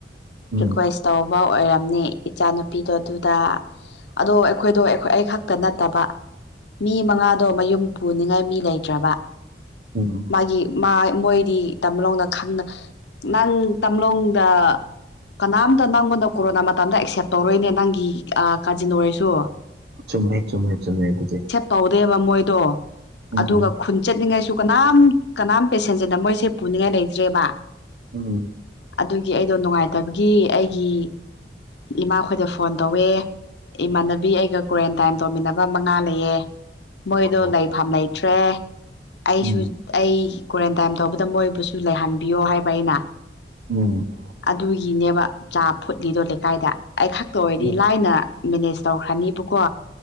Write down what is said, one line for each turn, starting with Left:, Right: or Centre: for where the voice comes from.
Right: ꯎꯝ
Left: ꯔꯤꯀ꯭ꯋꯦꯁ ꯇꯧꯕ ꯑꯣꯏꯔꯝꯅꯦ ꯏꯆꯥꯅꯨꯄꯤꯗꯣ ꯑꯗꯨꯗ ꯑꯗꯣ ꯑꯩꯈꯣꯏꯗꯣ ꯑꯩꯈꯣꯏ ꯑꯩ ꯈꯛꯇ ꯅꯠꯇꯕ ꯃꯤ ꯃꯉꯥꯗꯣ ꯃꯌꯨꯝ ꯄꯨꯅꯤꯡꯉꯥꯏ ꯃꯤ ꯂꯩꯇ꯭ꯔꯕ
Right: ꯎꯝ
Left: ꯃꯥꯒꯤ ꯃꯥ ꯃꯣꯏꯗꯤ ꯇꯝꯂꯣꯡꯗ ꯈꯪꯅ ꯅꯪ ꯇꯝꯂꯣꯡꯗ ꯀꯅꯥꯝꯇ ꯅꯪꯕꯨꯅ ꯀꯣꯔꯣꯅꯥ ꯃꯇꯝꯗ ꯑꯦꯛꯁꯦꯞ ꯇꯧꯔꯣꯏꯅꯦ ꯅꯪꯒꯤ ꯀꯥꯖꯤꯟ ꯑꯣꯏꯔꯦꯁꯨ
Right: ꯆꯨꯝꯃꯦ ꯆꯨꯝꯃꯦ ꯆꯨꯝꯃꯦ ꯑꯗꯨꯗꯤ
Left: ꯇꯧꯗꯦꯕ ꯃꯣꯏꯗꯣ
Right: ꯎꯝ
Left: ꯑꯗꯨꯒ ꯈꯨꯟ ꯆꯠꯅꯤꯡꯉꯥꯏꯁꯨ ꯀꯅꯥꯝ ꯀꯅꯥꯝ ꯄꯦꯁꯦꯟꯖꯔꯅ ꯃꯣꯏꯁꯦ ꯄꯨꯅꯤꯡꯉꯥꯏ ꯂꯩꯇ꯭ꯔꯦꯕ
Right: ꯎꯝ
Left: ꯑꯗꯨꯒꯤ ꯑꯩꯗꯣ ꯅꯨꯡꯉꯥꯏꯇꯕꯒꯤ ꯑꯩꯒꯤ ꯏꯃꯥꯈꯣꯏꯗ ꯐꯣꯟ ꯇꯧꯋꯦ ꯏꯃꯥꯟꯅꯕꯤ ꯑꯩꯒ ꯀ꯭ꯋꯥꯔꯦꯟꯇꯥꯏꯟ ꯇꯧꯃꯤꯟꯅꯕ ꯃꯉꯥ ꯂꯩꯌꯦ ꯃꯣꯏꯗꯣ
Right: ꯑꯣ
Left: ꯂꯩꯐꯝꯥꯝ ꯂꯩꯇ꯭ꯔꯦ ꯑꯩꯁꯨ
Right: ꯎꯝ
Left: ꯑꯩ ꯀ꯭ꯋꯥꯔꯦꯟꯇꯥꯏꯟ ꯇꯧꯕꯗ ꯃꯣꯏꯕꯨꯁꯨ ꯂꯩꯍꯟꯕꯤꯌꯣ ꯍꯥꯏꯕ ꯑꯩꯅ
Right: ꯎꯝ
Left: ꯑꯗꯨꯒꯤꯅꯦꯕ ꯆꯥ ꯐꯨꯠꯂꯤꯗꯣ ꯂꯩꯀꯥꯏꯗ ꯑꯩ ꯈꯛꯇ ꯑꯣꯏꯔꯗꯤ
Right: ꯎꯝ
Left: ꯂꯥꯏꯅ ꯃꯦꯅꯦꯖ ꯇꯧꯈ꯭ꯔꯅꯤꯕꯀꯣ